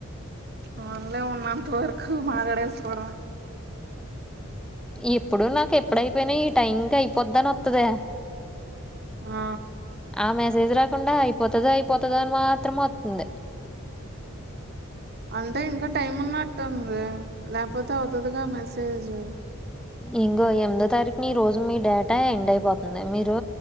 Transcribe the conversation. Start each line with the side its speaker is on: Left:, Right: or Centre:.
Right: మన్లే ఉన్నంత వరకు మాట్డేసుకోవడమ్
Centre: ఎప్పుడు నాకు ఎప్పుడైపోయినా ఈ టైం కి అయిపోద్దనే వత్తదీ
Right: ఆ
Centre: ఆ మెసేజ్ రాకుండా అయిపోతుంది అయిపోతుంది అని మాత్రం వస్తుంది
Right: అంటే ఇంకా టైం ఉన్నట్టుంది లేకపోతే అవుతుదిగా మెసేజ్
Centre: ఇంకో ఎనిమిదో తారీఖుని రోజు మీ డేటా ఎండ్ అయిపోతుంది మీరు